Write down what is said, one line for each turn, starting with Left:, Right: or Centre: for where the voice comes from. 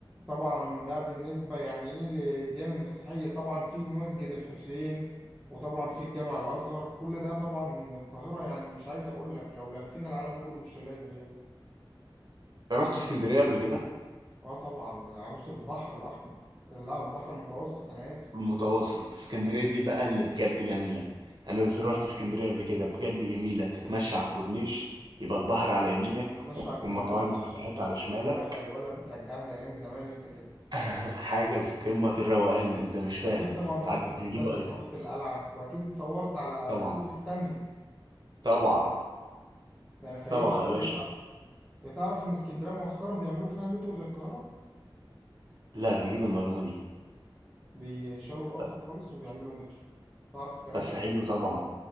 Centre: طبعا ده بالنسبة يعني ايه للديانة المسيحية طبعا في مسجد الحسين وطبعا في الجامع الأزهر كل ده طبعا القاهرة يعني مش عايز أقول لك لو لفينا العالم كله مش هنلاقي زيها
Right: رحت اسكندريه قبل كده
Centre: اه طبعا عروس البحر الأحمر لا البحر المتوسط أنا آسف
Right: المتوسط اسكندرية دي بقى اللي بجد جميلة أنا ز- رحت اسكندرية قبل كده بجد جميلة تتمشى على الكورنيش يبقى البحر على يمينك
Centre: ماشي على الكورنيش
Right: ومطاعم وكافيهات على شمالك
Centre: يا ولا يا ولا بترجعني لأيام زمان أنت كده
Right: <laughs> حاجة في قمة الروقان أنت مش فاهم
Centre: أكيد طبعا رحت
Right: تعدي
Centre: المنتزه
Right: تجيبوا آيس
Centre: ورحت القلعة وأكيد اتصورت على
Right: طبعا
Centre: كوبري ستانلي
Right: طبعا
Centre: ده أنا فايتني
Right: طبعا
Centre: كتير
Right: يا باشا
Centre: بقى تعرف إن اسكندرية مؤخرا بيعملوا فيها مترو زي القاهرة
Right: لا جديدة المعلومة دي
Centre: بيشالوا القطر
Right: ب-
Centre: خالص وبيعملوا مترو تعرف الكلام
Right: بس
Centre: ده؟
Right: حلو طبعا